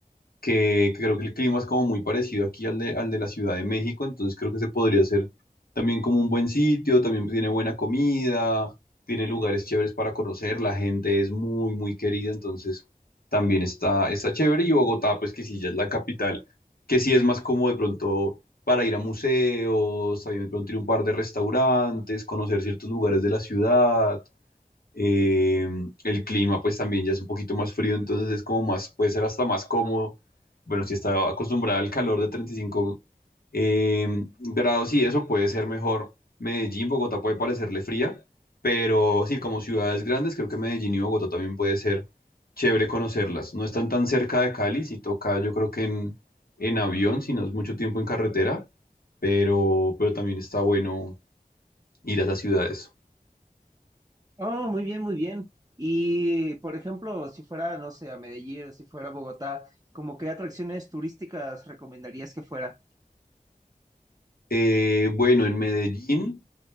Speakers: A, on the left; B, on the right.
A: que que creo que el clima es como muy parecido aquí al de, al de la Ciudad de México, entonces creo que se podría hacer también como un buen sitio, también tiene buena comida, tiene lugares chéveres para conocer, la gente es muy, muy querida, entonces también está, está chévere y Bogotá, pues que sí, ya es la capital, que sí es más como de pronto para ir a museos, también de pronto ir a un par de restaurantes, conocer ciertos lugares de la ciudad. Eh, el clima pues también ya es un poquito más frío, entonces es como más, puede ser hasta más cómodo. Bueno, si está acostumbrada al calor de 35 eh, grados y eso puede ser mejor. Medellín, Bogotá puede parecerle fría, pero sí, como ciudades grandes, creo que Medellín y Bogotá también puede ser chévere conocerlas. No están tan cerca de Cali, si toca yo creo que en, en avión, si no es mucho tiempo en carretera, pero, pero también está bueno ir a esas ciudades.
B: Oh, muy bien, muy bien. Y por ejemplo, si fuera, no sé, a Medellín o si fuera a Bogotá, ¿como qué atracciones turísticas recomendarías que fuera?
A: Eh, bueno, en Medellín